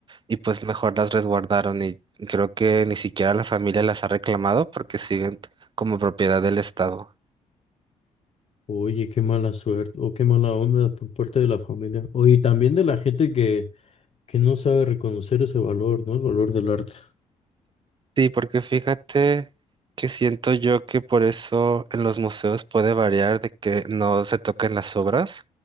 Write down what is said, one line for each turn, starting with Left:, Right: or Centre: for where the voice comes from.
Right: y pues mejor las resguardaron. Y creo que ni siquiera la familia las ha reclamado porque siguen como propiedad del Estado.
Left: Oye, qué mala suerte, o qué mala onda por parte de la familia. Oye, y también de la gente que que no sabe reconocer ese valor, ¿no? El valor del arte.
Right: Sí, porque fíjate que siento yo que por eso en los museos puede variar de que no se toquen las obras,